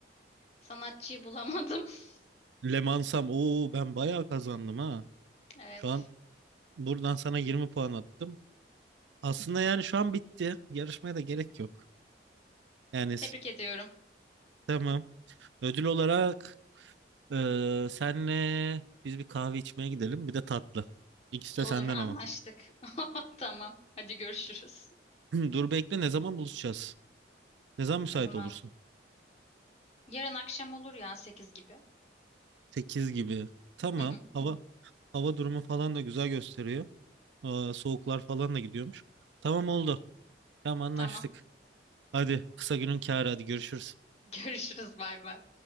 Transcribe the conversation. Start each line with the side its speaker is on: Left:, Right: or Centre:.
Left: Sanatçıyı bulamadım. <laughs>
Right: Lemansam. Oo ben bayağı kazandım ha.
Left: Evet.
Right: Şu an buradan sana 20 puan attım. Aslında yani şu an bitti. Yarışmaya da gerek yok. Yani
Left: Tebrik
Right: s-
Left: ediyorum.
Right: tamam. Ödül olarak Ee, senle biz bir kahve içmeye gidelim. Bir de tatlı. İkisi de
Left: Olur,
Right: senden
Left: anlaştık.
Right: ama.
Left: <laughs> Tamam. Hadi görüşürüz.
Right: <clears throat> Dur bekle ne zaman buluşacağız? Ne zaman müsait
Left: Ne zaman?
Right: olursun?
Left: Yarın akşam olur ya 8 gibi.
Right: 8 gibi. Tamam.
Left: Hı hı.
Right: Hava hava durumu falan da güzel gösteriyor. Aa, soğuklar falan da gidiyormuş. Tamam oldu. Tamam anlaştık.
Left: Tamam.
Right: Hadi kısa günün kârı hadi görüşürüz.
Left: <laughs> Görüşürüz. Bay bay.